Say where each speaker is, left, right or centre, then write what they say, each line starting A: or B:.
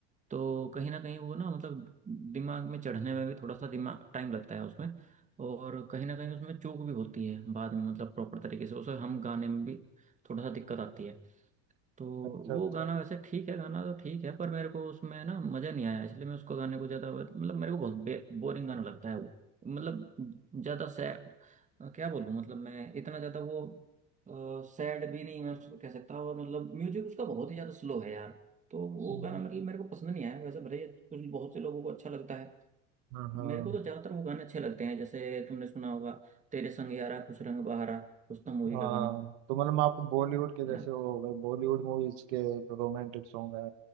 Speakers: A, on the right; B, on the right.
A: तो कहीं ना कहीं वो ना मतलब दिमाग में चढ़ने में भी थोड़ा सा दिमाग टाइम लगता है उसमें और कहीं ना कहीं उसमें चूक भी होती है बाद में मतलब प्रॉपर तरीके से उसे हम गाने में भी थोड़ा सा दिक्कत आती है तो
B: अच्छा
A: वो
B: अच्छा
A: गाना वैसे ठीक है गाना तो ठीक है पर मेरे को उसमें ना मज़ा नहीं आया इसलिए मैं उसको गाने को ज़्यादा मतलब मेरे को बहुत बोरिंग गाना लगता है वो मतलब ज़्यादा सैड क्या बोलूँ मतलब मैं इतना ज़्यादा वो सैड भी नहीं मैं उसको कह सकता और मतलब म्यूजिक उसका बहुत ही ज़्यादा स्लो है यार तो वो
B: हम्म,
A: गाना मतलब मेरे को पसंद नहीं आया वैसे भले ही कुछ बहुत से लोगों को अच्छा लगता है
B: हाँ हाँ
A: मेरे को तो ज़्यादातर वो गाने अच्छे लगते हैं जैसे तुमने सुना होगा तेरे संग यारा खुश रंग बहारा उस तो मूवी
B: हाँ
A: का गाना
B: तो मतलब आपको बॉलीवुड के जैसे
A: है ना
B: वो हो गए बॉलीवुड मूवीज के रोमांटिक सॉन्ग है